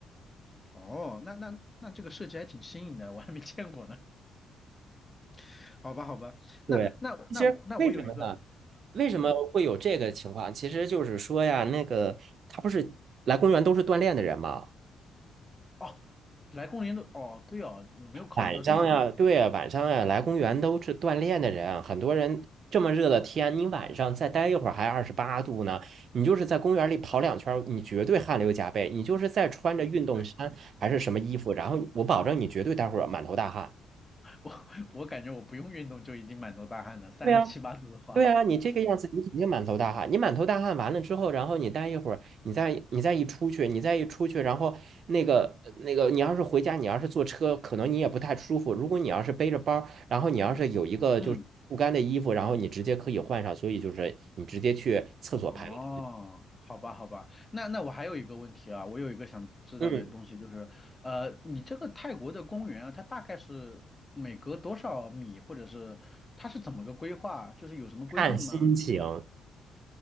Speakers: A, on the left; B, on the right.
A: 哦，那那那这个设计还挺新颖的，我还没见过呢。<laughs> 好吧，好吧，
B: 对。
A: 那那那我那我有一个，
B: 其实为什么呢？为什么会有这个情况？
A: 嗯，
B: 其实就是说呀，那个他不是来公园都是锻炼的人嘛，
A: 哦，来公园的，哦，对哦，我没有考虑到这一点，
B: 晚上呀，对呀，晚上呀，来公园都是锻炼的人。很多人这么热的天，你晚上再待一会儿还二十八度呢，你就是在公园里跑两圈儿你绝对汗流浃背。你就是再穿着运动衫还是什么衣服，
A: 嗯，对。
B: 然后我保证你绝对待会儿满头大汗。
A: 我我感觉我不用运动就已经满头大汗了，三十七八度的话。
B: 对呀。对啊，你这个样子，你肯定满头大汗。你满头大汗完了之后，然后你待一会儿，你再你再一出去，你再一出去，然后那个那个，你要是回家，你要是坐车，可能你也不太舒服。如果你要是背着包儿然后你要是有一个就是不干的衣服，
A: 嗯，
B: 然后你直接可以换上，所以就是你直接去厕所排个队，
A: 哦，好吧，好吧，那那我还有一个问题啊，我有一个想知道的东西，
B: 嗯，
A: 就是，呃，你这个泰国的公园啊，它大概是每隔多少米，或者是它是怎么个规划，就是有什么规定吗？
B: 看心情。